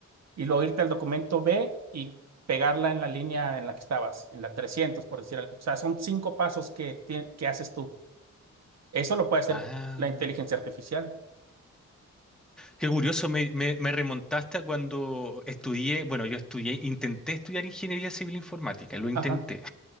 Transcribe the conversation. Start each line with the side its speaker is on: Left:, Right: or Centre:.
Right: y luego irte al documento B y pegarla en la línea en la que estabas, en la 300, por decir algo. O sea, son cinco pasos que, que haces tú. Eso lo puede hacer
Centre: Ah,
Right: la inteligencia artificial.
Centre: qué curioso, me, me, me remontaste a cuando estudié, bueno, yo estudié, intenté estudiar ingeniería civil informática, lo intenté.
Right: Ajá,